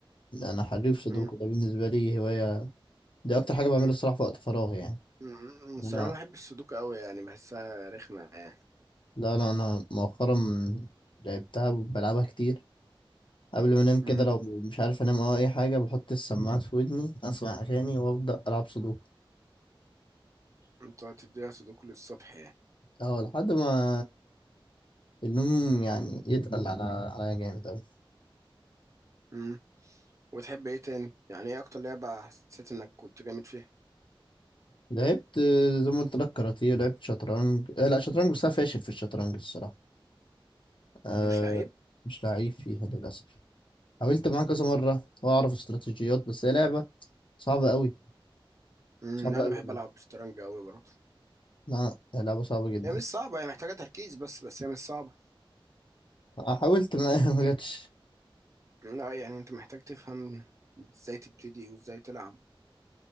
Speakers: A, on the left; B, on the right.
A: انا حريف سودوكو
B: امم
A: ده بالنسبه لي هوايه دي اكتر حاجه بعملها الصراحه في وقت فراغي يعني
B: أمم. الصراحه
A: إن انا
B: ما بحبش السودوكو قوي يعني بحسها رخمه يعني
A: لا لا انا مؤخرا لعبتها وبلعبها كتير قبل ما انام كده
B: امم
A: لو مش عارف انام او اي حاجه بحط السماعات في ودني اسمع اغاني وابدا العب سودوكو
B: انت تديها سودوكو للصبح
A: اه لحد ما النوم يعني يتقل على عليا جامد أوي
B: يعني وبتحب ايه تاني يعني ايه اكتر لعبة حسيت انك كنت جامد فيها
A: لعبت آه، زي ما قلت لك كاراتيه لعبت شطرنج آه لا شطرنج بس انا فاشل في الشطرنج الصراحه آه
B: مش لعيب
A: مش لعيب فيها للاسف حاولت معاه كذا مره واعرف استراتيجيات بس هي لعبه صعبه قوي
B: امم
A: صعبه
B: لا انا
A: قوي
B: بحب العب شطرنج قوي برضه
A: لا هي لعبه صعبه جدا
B: هي مش صعبة هي محتاجة تركيز بس بس هي مش صعبة
A: آه، حاولت ما <laughs> ما جاتش
B: لا يعني انت محتاج تفهم ازاي تبتدي وازاي تلعب